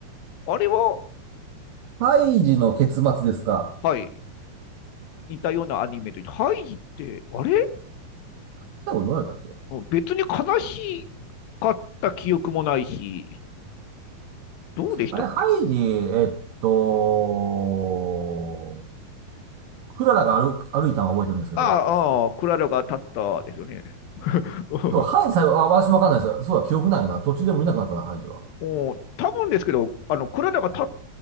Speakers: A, on the left (about 75°); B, on the right (about 70°).
A: あれは、
B: 胎児の結末ですか。
A: はい、似たようなアニメと、てハイジって、あれ
B: 最後どうなったっけ
A: 別に悲しかった記憶もないし、どうでしたっけ
B: あれ、ハイジ、えっと、クララが歩く、歩いたのは覚えてるんですけど、
A: ああ、クララが立ったですよね。<laughs>
B: そう、ハイジ最後、あ、私わかんないです。そうだ、記憶ないな。途中でも見なくなったな、ハイジは。
A: おお多分ですけど、あの、クララが立っ